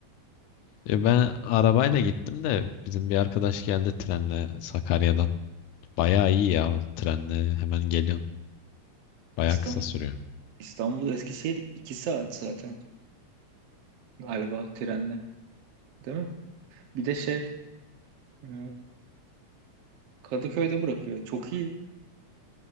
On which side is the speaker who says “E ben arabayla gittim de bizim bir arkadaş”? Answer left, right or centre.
Left